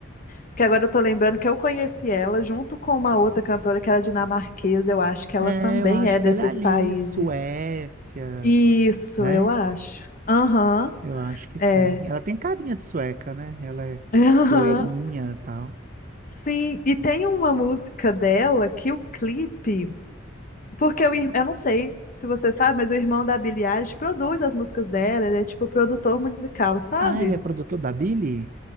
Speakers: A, on the left; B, on the right.
A: Porque agora eu tô lembrando que eu conheci ela junto com uma outra cantora que era dinamarquesa. Eu acho que ela
B: É,
A: também
B: eu acho
A: é
B: que
A: desses
B: ela é ali,
A: países.
B: Suécia,
A: Isso,
B: né?
A: eu acho. Aham,
B: Eu acho que sim.
A: é.
B: Ela tem carinha de sueca, né? Ela é
A: <laughs> Aham.
B: loirinha e tal.
A: Sim, e tem uma música dela que o clipe. Porque o ir- eu não sei se você sabe, mas o irmão da Billie Eilish produz as músicas dela, ele é tipo produtor musical, sabe?
B: Ah, ele é produtor da Billy?